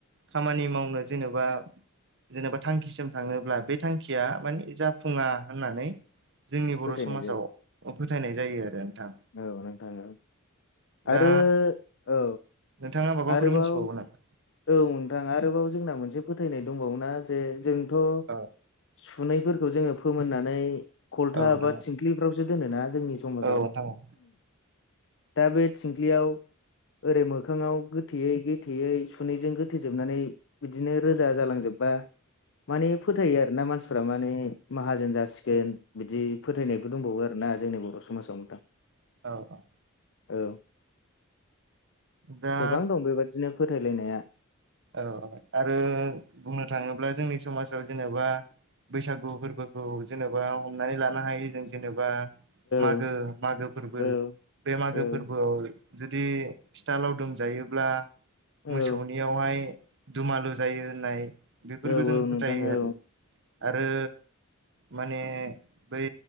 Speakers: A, on the right; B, on the left.
A: खामानि मावनो जेनेबा जेनेबा थांखिसिम थाङोब्ला बे थांखिया माने जाफुङा होननानै जोंनि बर'
B: फोथायनाय
A: समाजाव
B: जायो
A: फोथायनाय जायो आरो नोंथां।
B: औ नोंथां औ।
A: दा
B: आरो औ
A: नोंथाङा माबाफोर
B: आरोबाव
A: मिथिबावो नामा
B: औ नोंथां आरोबाव जोंना मोनसे फोथायनाय दंबावोना जे जोंथ'
A: औ
B: सुनैफोरखौ जोङो फोमोननानै खलथा
A: औ नोंथां
B: बा थिंख्लिफ्रावसो दोनो ना जोंनि समाजाव
A: औ नोंथां औ
B: दा बे सिंख्लियाव ओरै मोखाङाव गोथेयै गोथेयै सुनैजों गोथोजोबनानै बिदिनो रोजा जालांजोबबा माने फोथायो आरो ना मानसि मानफ्रा माने माहाजोन जासिगोन बिदि फोथायनायबो दंबावो आरोना जोंनि बर' समाजाव नोंथां।
A: औ औ
B: औ
A: दा
B: गोबां दं बेबादिनो फोथायलायनाया।
A: औ औ आरो बुंनो थाङोब्ला जोंनि समाजाव जेनेबा बैसागु फोरबोखौ जेनेबा हमनानै लानो हायो जों जेनेबा मागो
B: औ
A: मागो फोरबो
B: औ
A: बे मागो
B: औ
A: फोरबोआव जुदि फिथालाव दोमजायोब्ला
B: औ
A: मोसौनियावहाय दुमालु जायो होनाय बेफोरखौ
B: औ
A: जों
B: औ
A: फोथायो
B: नोंथां औ
A: आरो आरो माने बै